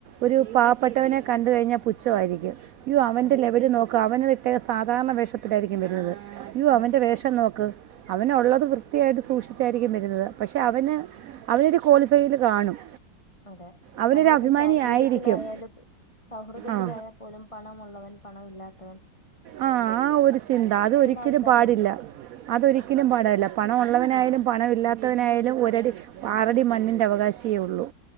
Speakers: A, on the right; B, on the left.
A: ഒരു പാവപ്പെട്ടവനെ കണ്ട് കഴിഞ്ഞാ പുച്ഛമായിരിക്കും യോ അവൻ്റെ
B: അതെ
A: ലെവല് നോക്ക്‌ അവന് തെ സാധാരണ വേഷത്തിലായിരിക്കും വരുന്നത് യ്യോ
B: അതെ
A: അവന്റെ വേഷ പ്പ് നോക്ക് അവന് ഒള്ളത് വൃത്തിയായിട്ട് സൂക്ഷിച്ചായിരിക്കും വരുന്നത് പക്ഷെ അവന് അവരരു ക്വാളിഫൈയില് കാണും
B: അതെ
A: അവനൊരു
B: നമ്മളിപ്പം
A: അഭിമാനി
B: സൗഹൃദത്തിലായാലും
A: ആയിരിക്കും
B: സൗഹൃദത്തിലായാ
A: ആ
B: പോലും പണമഉുള്ളവൻ പണം ഇല്ലാത്തവൻ
A: ആ ആ ഒരു ചിന്ത അത് ഒരിക്കലും
B: ആൾക്കാരും
A: പാടില്ല
B: ഉണ്ട്
A: അതൊരിക്കലും പാടഅല്ല പണ ഒ ള്ളവനായാലും പണമില്ലാത്തവനായാലും ഒരടി ആറടി മണ്ണിന്റെഅവകാശിയെള്ളൂ